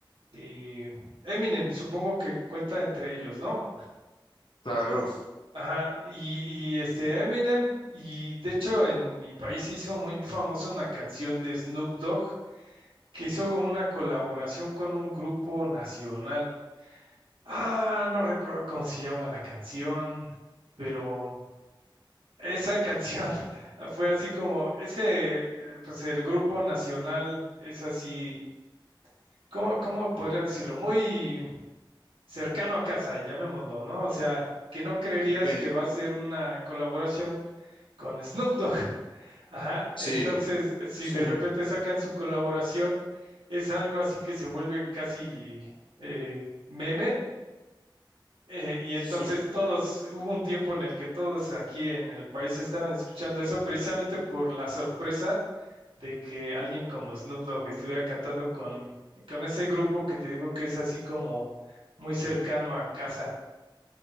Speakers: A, on the right; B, on the left.
A: eh, Eminem, supongo que cuenta entre ellos, ¿no?
B: Claro,
A: Eh, Ajá, y, y, este Eminem, y de hecho en mi país se hizo muy famosa una canción de Snoop Dogg que hizo una colaboración con un grupo nacional. Ah, no recuerdo cómo se llama la canción, pero esa canción <laughs> fue así como, es que eh, pues el grupo nacional es así ¿cómo, cómo podría decirlo? Muy cercano a casa, llamémoslo, ¿no? O sea, que no creerías
B: ok,
A: que va a ser una colaboración con Snoop Dogg. <laughs> Ajá.
B: sí,
A: Entonces, si
B: <laughs>
A: de repente sacan su colaboración, es algo así que se vuelve casi eh, meme. eh, y
B: sí,
A: entonces todos, hubo un tiempo en el que todos aquí en el país estaban escuchando eso precisamente por la sorpresa de que alguien como Snoop Dogg estuviera cantando con, con ese grupo que te digo que es así como muy cercano a casa.